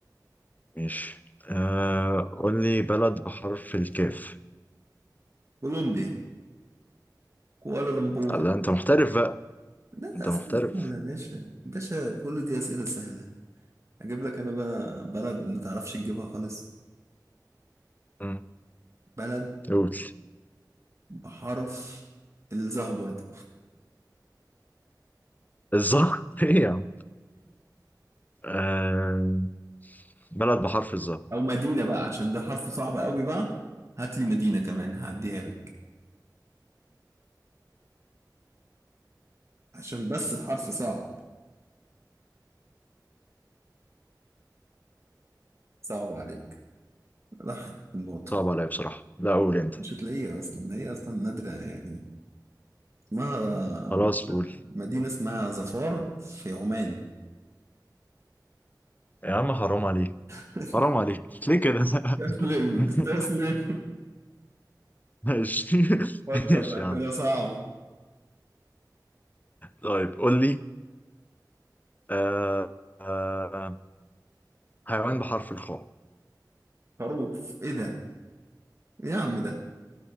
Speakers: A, on the left; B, on the right.
A: ماشي آه... قول لي بلد بحرف الكاف
B: كولومبيا كوالالمبور
A: لا انت محترف بقى
B: لا
A: انت
B: أسئلة
A: محترف
B: سهلة يا باشا باشا كل دي أسئلة سهلة أجيب لك أنا بقى بلد ما تعرفش تجيبها خالص
A: مم.
B: بلد
A: قول
B: بحرف الظه برضه
A: الظهر <laughs> ايه يا عم آه... بلد بحرف الظهر
B: <laughs> أو مدينة بقى عشان ده حرف صعب قوي بقى هات لي مدينة كمان هعديها لك عشان بس الحرف صعب صعب عليك راحت النقطة
A: صعب عليا بصراحة لا قول انت
B: مش هتلاقيها أصلا هي أصلا نادرة يعني اسمها
A: خلاص قول
B: مدينة اسمها ظفار في عمان
A: يا عم حرام عليك
B: <laughs>
A: حرام عليك ليه كده
B: استسلم
A: <laughs>
B: استسلم
A: ماشي
B: فكر
A: ماشي
B: في
A: يا
B: أسئلة
A: عم
B: صعبة
A: طيب قول لي آه... آه... حيوان بحرف الخاء
B: خروف ايه ده ايه يا عم ده